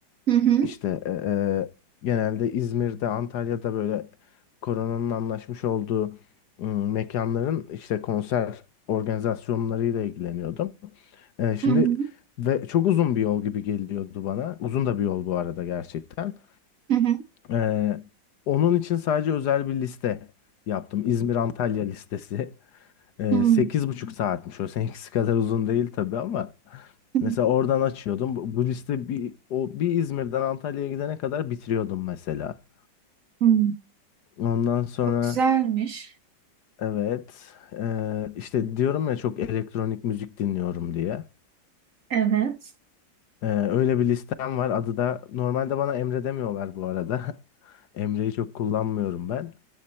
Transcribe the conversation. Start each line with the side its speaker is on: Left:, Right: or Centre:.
Right: Hı hı.
Left: İşte e, e, genelde İzmir'de Antalya'da böyle koronanın anlaşmış olduğu ım, mekanların işte konser organizasyonlarıyla ilgileniyordum. Ee, Şimdi
Right: Hı hı.
Left: ve çok uzun bir yol gibi geliyordu bana. Uzun da bir yol bu arada gerçekten.
Right: Hı hı.
Left: Ee, Onun için sadece özel bir liste yaptım. İzmir Antalya listesi. Ee,
Right: Hmm,
Left: Sekiz buçuk saatmiş o seninkisi <laughs> kadar uzun değil tabii ama
Right: hmm,
Left: mesela oradan açıyordum bu, bu liste bir o bir İzmir'den Antalya'ya gidene kadar bitiriyordum mesela
Right: hmm.
Left: ondan sonra
Right: O güzelmiş.
Left: evet ee, işte diyorum ya çok elektronik müzik dinliyorum diye
Right: Evet.
Left: Ee, öyle bir listem var adı da normalde bana Emre demiyorlar bu arada <laughs> Emre'yi çok kullanmıyorum ben